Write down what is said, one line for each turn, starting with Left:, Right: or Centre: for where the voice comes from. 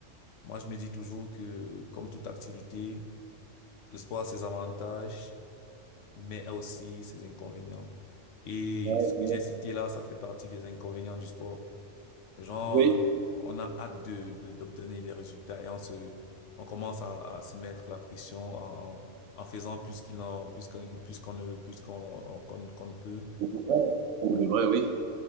Left: moi, je me dis toujours que, comme toute activité, le sport a ses avantages mais a aussi ses inconvénients. Et
Right: oui,
Left: ce que j'ai cité là, ça fait partie des inconvénients du sport. Genre,
Right: oui,
Left: euh, on a hâte de, de- d'obtenir des résultats et on se, on commence à, à se mettre la pression en, en, en faisant plus qu'il en, plus qu'on, plus qu'on ne, plus qu'on, qu'on, qu'on ne peut.
Right: on devrait, on
Left: Ouais,
Right: devrait, oui.